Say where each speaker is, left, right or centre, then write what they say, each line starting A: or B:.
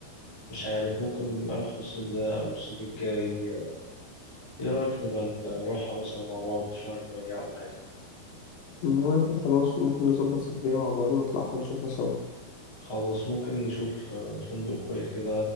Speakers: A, on the left (about 25°); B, on the left (about 80°).
A: مش عارف ممكن أروحها الصيف ده أو الصيف الجاي آه، إيه رأيك نبقى نروحها مثلا مع بعض في شهر تمانية ولا حاجة
B: المهم إحنا خلاص ممكن نظبط سفرية مع بعض ونطلعها نشوفها سوا
A: خلاص ممكن نشوف آه، فندق كويس كده